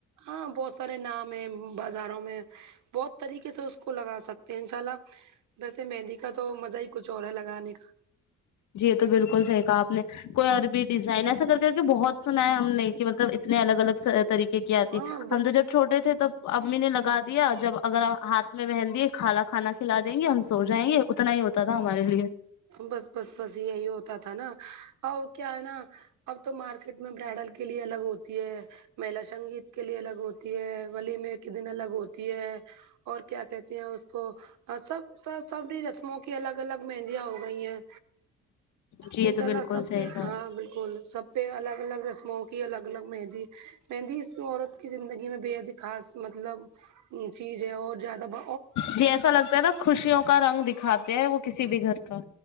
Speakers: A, on the right (about 75°); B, on the left (about 75°).
A: ہاں بہت سارے نام ہے بازاروں میں بہت طریقے سے اس کو لگا سکتے ہیں ان شاء اللہ ویسے مہندی کا تو مزہ ہی کچھ اور ہے لگانے کا
B: جی یے تو بالکل صحیح کہا آپ نے کوئی عربی ڈیزائن ایسا کر کر کے بہت سنا ہے ہم نے کہ مطلب اتنے الگ الگ طریقے کی
A: کا
B: آتی
A: ہاں
B: ہم تو جب چھوٹے تھے تب امی نے لگا دیا جب اگر ہاتھ میں مہندی ہے خالا کھانا کھلا دیں گے ہم سو جائیں گے اتنا ہی ہوت تا تھا ہمارے لیے
A: بس بس بس یہی ہوتا تھا نا وہ کیا ہے نا اب تو مارکیٹ میں برائڈل کے لیے الگ ہوتی ہے میلا سنگیت کے لیے الگ ہوتی ہے ولیمہ کے دن الگ ہوتی ہے اور کیا کہتے ہیں اس کو سب سب سب بھی رسموں کی الگ الگ مہین دیاں ہو گئی ہیں
B: جی
A: انشاء
B: یہ تو
A: اللہ
B: بالکل
A: سب
B: صحیح
A: کے
B: کہا
A: ہاں بالکل سب پہ الگ الگ رسموں کی الگ الگ مہندی مہندی اس عورت کی زندگی میں بےحد ہی خاص مطلب چیزیں ہو اور زیادہ ب
B: جی ایسا لگتا ہے نا خوشیوں کا رنگ دکھاتے ہیں وہ کسی بھی گھر کا